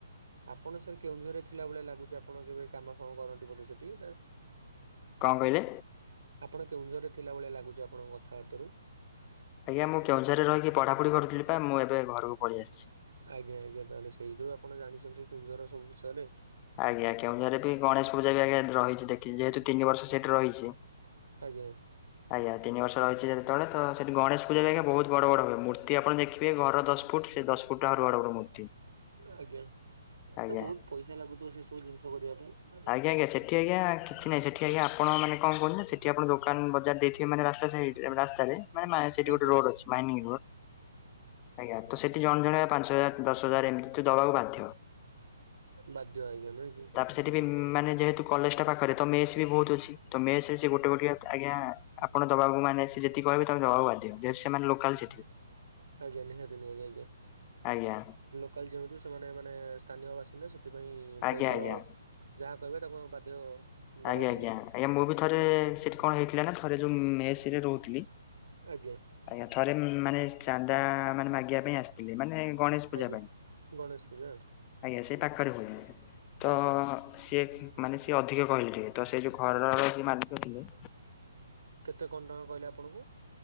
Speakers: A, on the right; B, on the left.
A: ଆପଣ ସାର୍ କେଉଁଝରରେ ଥିଲା ଭଳିଆ ଲାଗୁଛି ଆପଣ କେବେ କାମ ଫାମ କରନ୍ତି ବୋଧେ ସେଠି ନା
B: କଣ କହିଲେ?
A: ଆପଣ କେଉଁଝରରେ ଥିଲା ଭଳିଆ ଲାଗୁଛି ଆପଣଙ୍କ କଥାବାର୍ତ୍ତ ରୁ।
B: ଆଜ୍ଞା ମୁଁ କେଉଁଝରେ ରହିିକି ପଢାପଢି କରୁଥିଲି ବା ମୁଁ ଏବେ ଘରକୁ ପଳେଇ ଆସିଛି।
A: ଆଜ୍ଞା ଆଜ୍ଞା ତାହେଲେ ସେଇଥିରୁ ଆପଣ ଜାଣିଛନ୍ତି କେଉଁଝର ସବୁ ବିଷୟରେ।
B: ଆଜ୍ଞା କେଁଉଁଝର ରେ ବି ଗଣେଶ ପୂଜା ବି ଆଜ୍ଞା ରହିଛି ଦେଖିଚି ଯେହେତୁ ତିନି ବର୍ଷ ସେଇଠି ରହିଛି।
A: ଆଜ୍ଞା।
B: ଆଜ୍ଞା ତିନି ବର୍ଷ ରହିଛି ଯେତବେଳେ ତ ସେଠି ଗଣେଶ ପୂଜା ବି ଆଜ୍ଞା ବହୁତ ବଡ଼ ବଡ଼ ହୁଏ ମୂର୍ତ୍ତି ଆପଣ ଦେଖିବେ ଘର ଦଶ ଫୁଟ୍ ସେ ଦଶ ଫୁଟ୍ ଆହୁରି ବଡ ବଡ ମୂର୍ତ୍ତି।
A: ଆଜ୍ଞା
B: ଆଜ୍ଞା
A: ତ ବହୁତ ପଇସା ଲାଗୁଥିବ ସେ ସବୁ ଜିନିଷ କରିବା ପାଇଁ।
B: ଆଜ୍ଞା ଆଜ୍ଞା ସେଠି ଆଜ୍ଞା କିଛି ନାହିଁ ସେଠି ଠି ଆଜ୍ଞା ଆପଣ ମାନେ କଣ କୁହନି ସେଠି ଆପଣ ଦୋକାନ ବଜାର ଦେଇଥିବେ ମାନେ ରାସ୍ତା ସାଇଟ ରାସ୍ତାରେ ମାନେ ମା ସେଠି
A: ଆଜ୍ଞା
B: ଗୋଟେ ରୋଡ ଅଛି ମାଇନିଂ ରୋଡ ଆଜ୍ଞା ତ ସେଠି ଜଣେ ଜଣେ ପାଞ୍ଚ ହଜାର ଦଶ ହଜାର ଏମିତି ତୁ ଦବାକୁ ବାଧ୍ୟ।
A: ବାଧ୍ୟ ଆଜ୍ଞା ନୁହେଁ କି।
B: ସେଠି ବି ମାନେ ଯେହେତୁ କଲେଜ ଟା ପାଖରେ ତ ମେସ୍ ବି ବହୁତ ଅଛି ତ ମେସ୍ ଗୋଟେ ଗୋଟେ ଆଜ୍ଞା ଆପଣ ଦବାକୁ ମାନେ ସେ ଯେତିିକି କହିବେ ତାକୁ ଦବାକୁ ବାଧ୍ୟ ଯେହେତୁ ସେମାନେ ଲୋକାଲ ସେଠି।
A: ଆଜ୍ଞା ନିହାତି ନିହାତି ଆଜ୍ଞା
B: ଆଜ୍ଞା।
A: ଲୋକାଲ ଯେହେତୁ ସେମାନେ ମାନେ ସ୍ଥାନୀୟ ବାସିନ୍ଦା ସେଥିପାଇଁ
B: ଆଜ୍ଞା
A: ପଇସାର
B: ଆଜ୍ଞା।
A: ଯାହା କହିବେ ତାକୁ ଆମେ ବାଧ୍ୟ ଦବା
B: ଆଜ୍ଞା
A: ପାଇଁ
B: ଆଜ୍ଞା ଆଜ୍ଞା ମୁଁ ବି ଥରେ
A: ଆଜ୍ଞା
B: ସେଠି କଣ ହେଇଥିଲା ନା ଥରେ ଯୋଉ ମେସ୍ ରେ ରହୁଥିଲି
A: ଆଜ୍ଞା।
B: ଆଜ୍ଞା ଥରେ ମାନେ ଚାନ୍ଦା ମାନେ ମାଗିବା ପାଇଁ ଆସିଥିଲେ ମାନେ ଗଣେଶ ପୂଜା
A: ଆଜ୍ଞା।
B: ପାଇଁ
A: ଗଣେଶ ପୂଜା
B: ଆଜ୍ଞା ସେହି ପାଖରେ ହୁଏ। ତ
A: ଆଜ୍ଞା
B: ସିଏ ମାନେ ସିଏ ଅଧିକ କହିଲେ ଟିକେ ତ ସେ ଯଉ ଘରର ସେ ମାଲିକ ଥିଲେ
A: କେତେ କଣ ଟଙ୍କା କହିଲେ ଆପଣଙ୍କୁ?